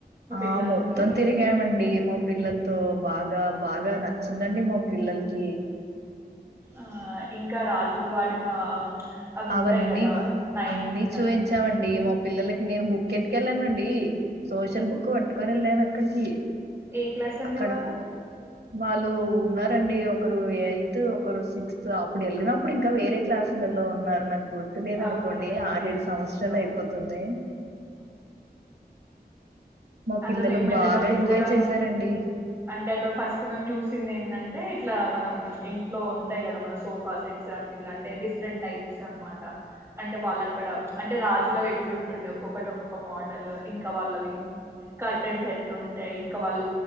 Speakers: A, on the right (about 15°); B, on the right (about 80°).
A: మీ పిల్లలతోటి
B: ఆ మొత్తం తిరిగామండి మా పిల్లలతో బాగా బాగా నచ్చిందండి మా పిల్లలకి
A: ఆ ఇంకా రాజులు వాడిన అవి ఉంటాయి
B: అవన్నీ
A: కదా నైఫ్
B: అన్నిీ
A: కత్తి
B: చూపించామండి మొ పిల్లలకి నేను బుక్ ఎట్టుకెళ్ళానండి సోషల్ బుక్ పట్టుకొని వెళ్ళాను అక్కడికి
A: ఏ క్లాస్ అండి
B: అక్కడ
A: వాళ్ళు
B: వాళ్ళు ఉన్నారంండి ఒకరు ఎయిత్ ఒకరు సిక్స్త్ అప్పుడు వెళ్ళినప్పుడు ఇంకా వేరే క్లాసులలో ఉనారు గుర్తులేదనుకోండి
A: ఓకే ఓకే
B: ఆరు ఏడు
A: అండి
B: సంవత్సరాలు
A: ఓ
B: అయిపోతుంది మా
A: అద
B: పిల్లలు
A: మేము వెళ్ళినప్పుడు
B: బాగా ఎంజాయ్
A: కూడా
B: చేశారండి
A: అంటే అక్కడ ఫస్ట్ మేము చూసింది ఏందంటే ఇట్లా మనం ఇంట్లో ఉంటాయి కదా మన సోఫా సెట్స్ అలా ఇట్లా అంటే డిఫరెంట్ టైప్స్ అనమాట అంటే వాళ్ళ అక్కడ అంటే రాజుల ఎట్లుంటుండే ఒక్కొక్కటి ఒక్కొక్క మోడల్ ఇంకా వాళ్ళవి కట్ అండ్స్ ఎట్లు ఉంటాయి ఇంకా వాళ్ళు